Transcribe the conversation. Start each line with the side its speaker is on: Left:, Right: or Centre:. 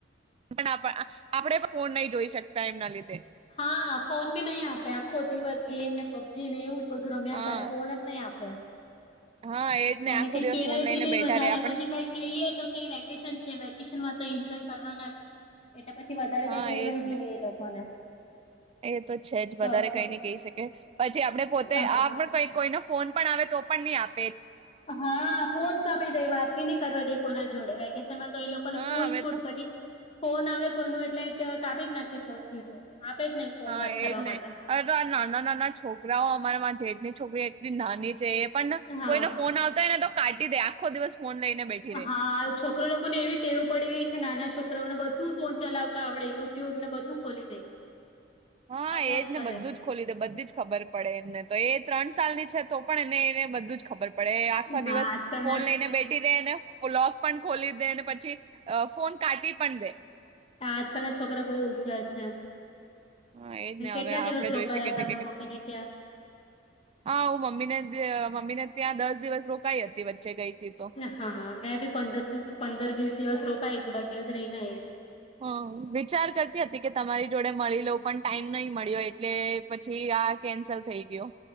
Right: પણ આપણેે પણ ફોન નહી જોઈ શકતા એમના લીધે.
Left: હા ફોન બી નહી આપે આખો દિવસ ગેમ ને પબજી ને એવું જ. બધું રમ્યા
Right: હા
Left: કરે ફોન જ નહી આપે.
Right: હા એજ
Left: તોને
Right: ને આખો
Left: કઈ
Right: દિવસ
Left: કેવાય
Right: ફોન લઈને
Left: બી નહી
Right: બેઠા
Left: વધારે
Right: રે આપણે
Left: પછી કઈ કહીય તો કે વેકેશન છે વેકેશન માં તો એન્જોય કરવાના જ. એટલે પછી વધારે
Right: હા
Left: કઈ કેવાય
Right: એજ
Left: બી
Right: ને
Left: નહી એ લોકોને.
Right: એ તો છે જ વધારે
Left: તો શું
Right: કઈ ન કઈ શકે પછી આપડે પોતે
Left: હ
Right: આપ ને કોઈ કોઈનો ફોન પણ આવે તો પણ નહીં આપ
Left: હા, ફોન કર પર દે વાત બી નહી કરવા દે કોના જોડે વેકે શન માં તો એ લોકો ને
Right: હા
Left: ફૂલ
Right: હવે
Left: છૂટ
Right: તો
Left: પછી ફોન આવે કોઈ નું એટલે કાપી જ નાખી ફોન સીધો. આપે જ નહી ફોન
Right: હા,
Left: વાત કરવા
Right: એજ ને
Left: માટે
Right: અરે તો આ નાના નાના છોકરાઓ અમારા માં જે ની છોકરી એકટલી નાની છે એ પણ ન
Left: હા
Right: કોઈનો ફોન આવતો હોયને તો કાટી દે આખો દિવસ ફોન લઈને બેઠી રે
Left: હા, છોકરા લોકો ને એવી ટેવ પડી ગઈ છે નાના છોક રોને બધું ફોન ચલાવતા આવડે યુટ્યુબ ને બધું ખોલી દે.
Right: હા,
Left: રમ્યા
Right: એજ
Left: જ
Right: ને
Left: કરે
Right: બધું જ ખોલી દે બધી જ ખબર પડે એમને તો એ ત્રણ સાલ ની છે તો પણ એને એને બધું જ ખબર આપડે આખો
Left: હા
Right: દિવસ,
Left: આજકાલના
Right: ફોન લઈને બેઠી રે નેલોગ પણ ખોલી દેને પછી અ ફોન કાઢી પણ દે.
Left: આજકાલ ના છોકરા બહુ હોશિયાર છે.
Right: હા એજ ને
Left: કેટલા
Right: હવે આપડે
Left: દિવસ
Right: જોઈ
Left: રોકાયા
Right: શકીએ છીએ
Left: તમે
Right: કે
Left: મમ્મી ને ત્યાં
Right: હા હું મમ્મીને જ મમ્મીને ત્યાં દસ દિવસ રોકાઈ હતી વચ્ચે ગઈ હતી તો
Left: હા મેં ભી પંદર પંદર વીસ દિવસ રોક કઈ થોડા દિવસ રહીને એ.
Right: હમ વિચાર કરતી હતી કે તમારી જોડે મળી લઉ. પણ ટાઈમ નહી મળ્યો એટલે પછી આ કેન્સલ થઈ ગયો.